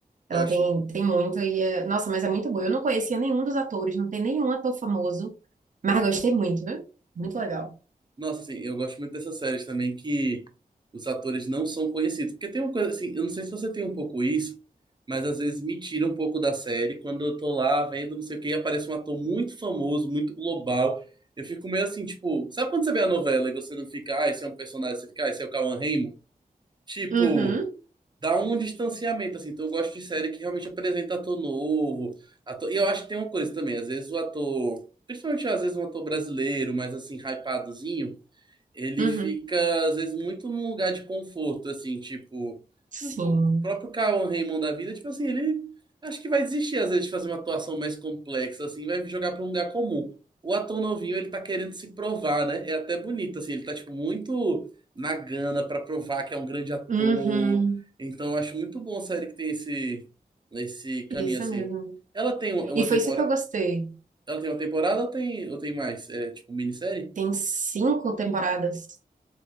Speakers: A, on the right (about 55°); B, on the right (about 30°).
A: Ela
B: Eu acho.
A: tem, tem muito e é... Nossa, mas é muito boa. Eu não conhecia nenhum dos atores, não tem nenhum ator famoso, mas gostei muito, né? Muito legal.
B: Nossa, assim, eu gosto muito dessas séries também que os atores não são conhecidos. Porque tem uma coisa assim, eu não sei se você tem um pouco isso, mas às vezes me tira um pouco da série quando eu tô lá vendo não sei o que e aparece um ator muito famoso, muito global. Eu fico meio assim, tipo, sabe quando você vê a novela e você não fica, ah, esse é um personagem, você fica, ah, esse é o Cauan Raymond? Tipo,
A: Uhum,
B: dá um distanciamento, assim. Então eu gosto de série que realmente apresenta ator novo. Ator... E eu acho que tem uma coisa também, às vezes o ator, principalmente às vezes um ator brasileiro, mas assim, hypadozinho ele
A: uhum.
B: fica, às vezes, muito num lugar de conforto, assim, tipo,
A: Sim.
B: um po- o próprio Cauã Raymond da vida, tipo assim, ele acho que vai desistir, às vezes, de fazer uma atuação mais complexa, assim, vai jogar pra um lugar comum. O ator novinho, ele tá querendo se provar, né? É até bonito, assim, ele tá, tipo, muito na gana pra provar que é um grande ator.
A: Uhum.
B: Então, eu acho muito bom a série que tem esse, esse caminho,
A: Isso
B: assim.
A: mesmo.
B: Ela tem uma
A: E foi
B: temporada.
A: isso que eu gostei.
B: Ela tem uma temporada ou tem, ou tem mais? É tipo minissérie?
A: Tem cinco temporadas.